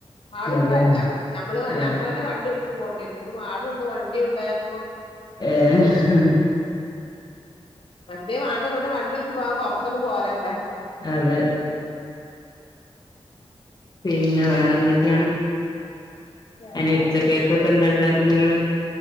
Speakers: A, on the left (about 60°); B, on the left (about 40°).
A: ആളുണ്ടാവൂല
B: അതെ
A: ഞമ്മള്
B: ആഹ്
A: ഞമ്മൾ തന്നെ വണ്ടി വിളിച്ച് പോകണ്ടിരുന്നു ഇപ്പ ആളുണ്ട് വണ്ടിയുണ്ട് <unintelligible>
B: ഏഹ്
A: മറ്റേ <unintelligible> വണ്ടി വിളിച്ച് പോവാൻ കുറച്ചൊന്നും പോരല്ലോ
B: അതെ പിന്നെ വേറെ എന്തൊക്കെയാണ്
A: വേറെ
B: അതിന് ഉച്ച
A: അങ്ങനെ
B: കേക്കൊക്കെ
A: പോണു
B: എന്താ ഉണ്ടാക്കുന്ന നിങ്ങള്